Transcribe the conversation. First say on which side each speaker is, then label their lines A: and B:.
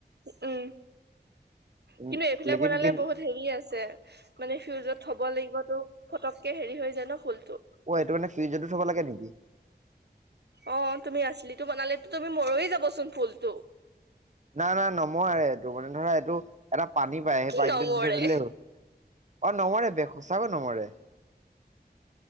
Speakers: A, on the right (about 75°); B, on the right (about 45°).
A: উম!
B: উম
A: কিন্তু এইবিলাক
B: লেকিন
A: বনালে
B: কি
A: বহুত হেৰি আছে মানে ফিউজত থব লাগিবতো। পতককে হেৰি হৈ জান ন ফুল টো
B: অ এইটো মানে ফিউজাৰটো থব লাগে নেকি?
A: অ তুমি আছিললিতো বনালেো তুমি মৰয় যাবচোন ফুলতটো,
B: নাই নাই নমোৱ এইটো মানে ধৰা এইটো এটা পানী পায় সেই
A: কি
B: পানীটো
A: নমৰে
B: নিজত ধৰিলেও অ নমৰে ব, সঁচাক নমৰে